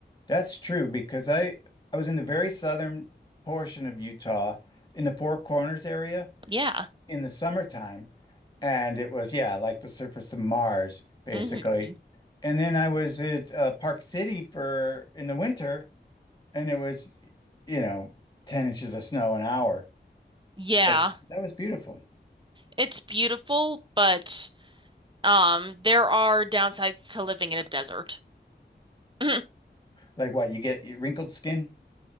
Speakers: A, on the left; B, on the right.
A: That's true because I I was in the very southern portion of Utah, in the Four Corners area
B: Yeah.
A: in the summertime, and it was yeah, like the surface of Mars basically.
B: hmm
A: And then I was at uh, Park City for in the winter, and it was, you know, 10 inches of snow an hour.
B: Yeah.
A: But that was beautiful.
B: It's beautiful, but um, there are downsides to living in a desert. <laughs> <clears throat>
A: Like what, you get wrinkled skin?